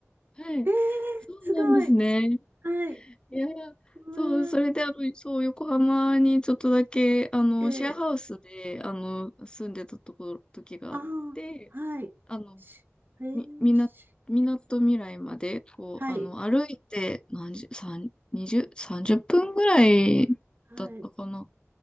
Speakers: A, on the left (about 20°); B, on the right (about 45°).
A: はいそうなんですね。
B: えー、すごい。はい。
A: いやいや、
B: う
A: そう、それで、
B: わ
A: あの、そう、横浜にちょっとだけ、あの、
B: ー、えー、
A: シェアハウスで、あの、住んでたところ、時があって、
B: あー、はい。
A: あの、
B: しえー、
A: み、みな、
B: し
A: みなとみらいまで、こう、
B: はい、
A: あの、歩いて、何十、三、二十、三十分ぐらいだったかな。
B: はい。